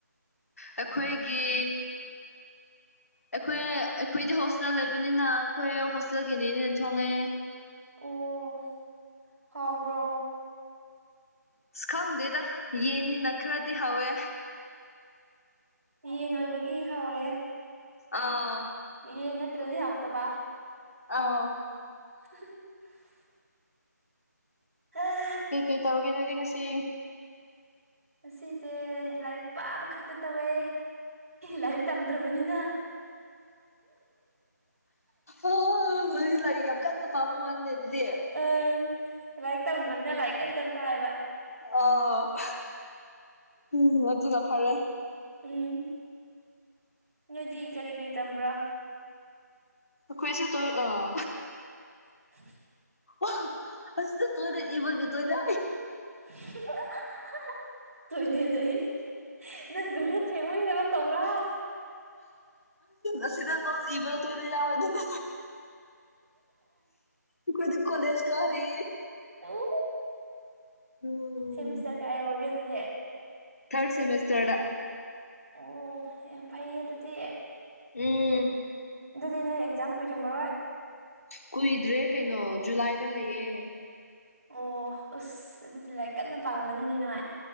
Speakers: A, on the left; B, on the right.
A: ꯑꯩꯈꯣꯏꯒꯤ ꯑꯩꯈꯣꯏ ꯑꯩꯈꯣꯏꯗꯤ ꯍꯣꯁꯇꯦꯜ ꯂꯩꯕꯅꯤꯅ ꯑꯩꯈꯣꯏ ꯍꯣꯁꯇꯦꯜꯒꯤꯅꯦꯅꯦꯅ ꯊꯣꯡꯉꯦ
B: ꯑꯣ ꯍꯥꯎꯕ꯭ꯔꯣ
A: ꯑꯁ ꯈꯪꯗꯦꯗ ꯌꯦꯟꯅꯤꯅ ꯈꯔꯗꯤ ꯍꯧꯋꯦ
B: ꯌꯦꯟ ꯑꯣꯏꯕꯒꯤ ꯍꯥꯎꯔꯦ
A: ꯑꯥ
B: ꯌꯦꯟ ꯅꯠꯇꯔꯥꯗꯤ ꯍꯥꯎꯇꯕ
A: ꯑꯥꯎ
B: <unintelligible> <unintelligible>
A: ꯀꯩ ꯀꯩ ꯇꯧꯔꯒꯦ ꯅꯣꯏꯗꯤ ꯉꯁꯤ
B: ꯉꯁꯤꯖꯦ ꯂꯥꯏꯔꯤꯛ ꯄꯥꯕ ꯈꯛꯇ ꯇꯧꯋꯦ ꯂꯥꯏꯔꯤꯛ ꯇꯝꯗ꯭ꯔꯥꯕꯅꯤꯅ
A: ꯑꯣ ꯃꯗꯤ ꯂꯥꯏꯔꯤꯛ ꯌꯥꯝ ꯀꯟꯅ ꯄꯥꯕ ꯃꯥꯜꯂꯅꯦ ꯑꯗꯨꯗꯤ
B: ꯑꯝ ꯂꯥꯏꯔꯤꯛ ꯇꯝꯗ꯭ꯔꯕꯅ ꯂꯥꯏꯔꯤꯛ ꯀꯟ ꯀꯟ ꯄꯥꯏꯌꯦꯕ
A: ꯑꯣ ꯎꯝ ꯑꯗꯨꯅ ꯐꯔꯦ
B: ꯎꯝ ꯅꯣꯏꯗꯤ ꯀꯔꯤ ꯀꯔꯤ ꯇꯝꯕ꯭ꯔꯥ
A: ꯑꯈꯣꯏꯁꯨ ꯇꯣꯏ ꯑꯥ
B: <unintelligible>
A: ꯑꯣ ꯑꯁꯤꯗ ꯇꯣꯏꯅ ꯏꯕꯒꯤ ꯇꯣꯏꯅ
B: <unintelligible> ꯇꯣꯏꯂꯦꯠ ꯑꯥ ꯌꯦ ꯅꯪ ꯇꯣꯏꯂꯦꯠ ꯊꯦꯡꯕꯒꯤ ꯊꯕꯛ ꯇꯧꯕ꯭ꯔꯥ ꯍꯥ
A: ꯑꯁꯤꯗ ꯅꯣꯠꯁ ꯏꯕꯗꯣ ꯇꯣꯏꯂꯦꯠ ꯌꯥꯎꯕ ꯑꯗꯨꯅ ꯑꯈꯣꯏꯗꯤ ꯀꯣꯂꯦꯖ ꯀꯥꯔꯤ
B: ꯑꯣ
A: ꯎꯝ
B: ꯁꯦꯃꯤꯁꯇꯔ ꯀꯌꯥ ꯌꯧꯔꯒꯦ ꯑꯗꯨꯗꯤ
A: ꯊꯥꯔꯠ ꯁꯦꯃꯤꯁꯇꯔꯗ
B: ꯑꯣ ꯌꯥꯝ ꯐꯩꯌꯦ ꯑꯗꯨꯗꯤ
A: ꯎꯝ
B: ꯑꯗꯨꯗꯤ ꯅꯣꯏ ꯑꯦꯛꯖꯥꯝ ꯀꯨꯏꯔꯝꯃꯔꯣꯏ
A: ꯀꯨꯏꯗ꯭ꯔꯦ ꯀꯩꯅꯣ ꯖꯨꯂꯥꯏꯗ ꯂꯩꯌꯦ
B: ꯑꯣ ꯎꯁ ꯑꯗꯨꯗꯤ ꯂꯥꯏꯛ ꯀꯟꯅ ꯄꯥꯔꯝꯃꯅꯤꯅꯦ ꯅꯣꯏ